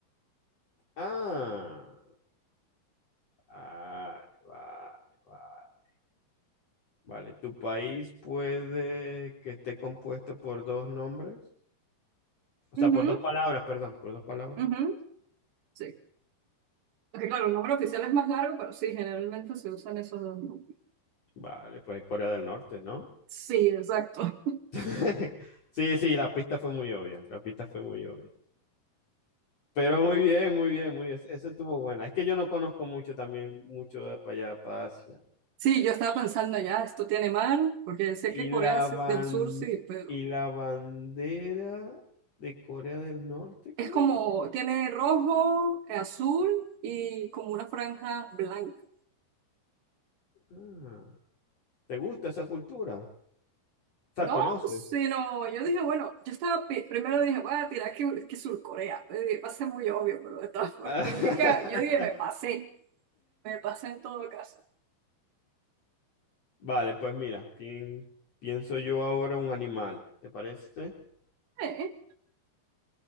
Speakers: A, on the left (about 40°); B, on the right (about 65°).
A: Ah, vale, vale, vale. Vale, ¿tu país puede que esté compuesto por dos nombres? O sea,
B: Ujú,
A: por dos palabras, perdón, por dos palabras.
B: ujú. Sí. Porque claro, el nombre oficial es más largo, pero sí, generalmente se usan esos dos nombres.
A: Vale, pues Corea del Norte, ¿no?
B: Sí, exacto.
A: <laughs> Sí, sí, la pista fue muy obvia, la pista fue muy obvia. Pero muy bien, muy bien, muy bien. Esa estuvo buena. Es que yo no conozco mucho también, mucho de para allá, para Asia.
B: Sí, yo estaba pensando ya, esto tiene mar, porque sé
A: Y
B: que Corea
A: la
B: se-
A: ban-
B: del Sur sí, pero
A: y la bandera de Corea del Norte, ¿cómo
B: es como,
A: es?
B: tiene rojo, eh, azul y como una franja blanca.
A: Ah, ¿te gusta esa cultura? O sea,
B: No,
A: ¿conoces?
B: sino, yo dije, bueno, yo estaba, pi- primero dije, voy a tirar que, que Sur Corea. Pues dije, va a ser muy obvio, pero de todas <laughs> formas,
A: <laughs>
B: yo dije, yo dije, me pasé, me pasé en todo caso.
A: Vale, pues mira, pien- pienso yo ahora un animal, ¿te parece?
B: Eh, eh,